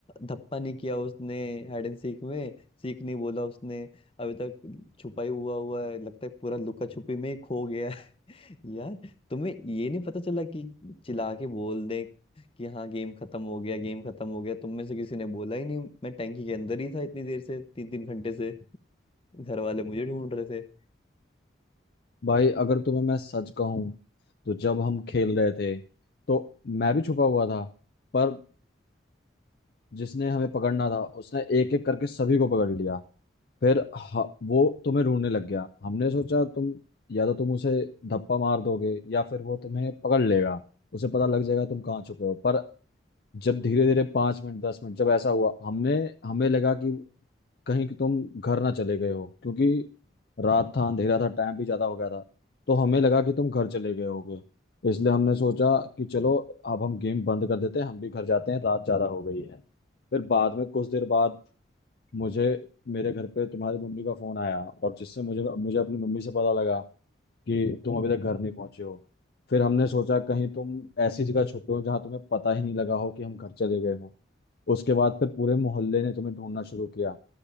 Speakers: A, on the left; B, on the left.
A: धप्पा नहीं किया उसने हाइड एंड सीक में सीख नहीं बोला उसने अभी तक छुपाई हुआ हुआ है लगता है पूरा लुका छुपी में ही खो गया है <laughs> यार तुम्हें ये नहीं पता चला कि चिल्ला के बोल दे कि हाँ गेम खत्म हो गया गेम खत्म हो गया तुम में से किसी ने बोला ही नहीं मैं टैंकी के अंदर ही था इतनी देर से तीन तीन घंटे से घर वाले मुझे ढूंढ रहे थे
B: भाई अगर तुम्हें मैं सच कहूं तो जब हम खेल रहे थे तो मैं भी छुपा हुआ था पर जिसने हमें पकड़ना था उसने एक एक करके सभी को पकड़ लिया फिर ह- वो तुम्हें ढूंढने लग गया हमने सोचा तुम या तो तुम उसे धप्पा मार दोगे या फिर वो तुम्हें पकड़ लेगा उसे पता लग जाएगा तुम कहाँ छुपे हो पर जब धीरे धीरे पांच मिनट दस मिनट जब ऐसा हुआ हमने हमें लगा कि कहीं कि तुम घर ना चले गए हो क्योंकि रात था अंधेरा था टाइम भी ज्यादा हो गया था तो हमें लगा कि तुम घर चले गए होगे इसलिए हमने सोचा कि चलो अब हम गेम बंद कर देते हैं हम भी घर जाते हैं रात ज्यादा हो गई है फिर बाद में कुछ देर बाद मुझे मेरे घर पे तुम्हारी मम्मी का फोन आया और जिससे मुझे मुझे अपनी मम्मी से पता लगा कि तुम अभी तक घर नहीं पहुंचे हो फिर हमने सोचा कहीं तुम ऐसी जगह छुपे हो जहां तुम्हें पता ही नहीं लगा हो कि हम घर चले गए हो उसके बाद फिर पूरे मोहल्ले ने तुम्हें ढूंढना शुरू किया